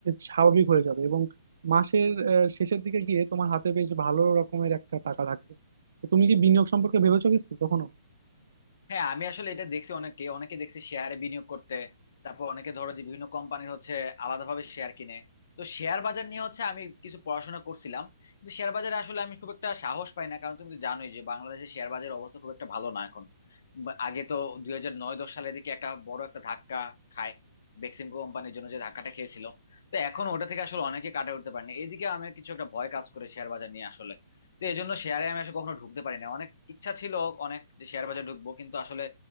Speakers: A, on the right (about 65°); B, on the left (about 55°).
A: স্বাভাবিক হয়ে যাবে এবং মাসের আহ, শেষের দিকে গিয়ে তোমার হাতে বেশ ভালো রকমের একটা টাকা থাকবে তো তুমি কি বিনিয়োগ সম্পর্কে ভেবেছো কিছু কখনো
B: হ্যাঁ আমি আসলে এটা দেখছি অনেকে অনেকে দেখছি শেয়ারে বিনিয়োগ করতে তারপর অনেকে ধরো যে বিভিন্ন কোম্পানির হচ্ছে আলাদাভাবে শেয়ার কিনে তো শেয়ার বাজার নিয়ে হচ্ছে আমি কিছু পড়াশোনা করছিলাম কিন্তু শেয়ার বাজারে আসলে আমি খুব একটা সাহস পাই না কারণ তুমি তো জানোই যে বাংলাদেশের শেয়ার বাজারের অবস্থা খুব একটা ভালো না এখন বা- আগে তো দুই হাজার নয় দশ সালের দিকে একটা বড় একটা ধাক্কা খায় বেক্সিমকো কোম্পানির জন্য যে ধাক্কাটা খেয়েছিল তো এখন ওটা থেকে আসলে অনেকে কাটা উঠতে পারেনি এইদিকে আমি কিছু একটা ভয় কাজ করে শেয়ার বাজার নিয়ে আসলে তো এই জন্য শেয়ারে আমি আসলে কখনো ঢুকতে পারি না অনেক ইচ্ছা ছিল অনেক যে শেয়ার বাজারে ঢুকবো কিন্তু আসলে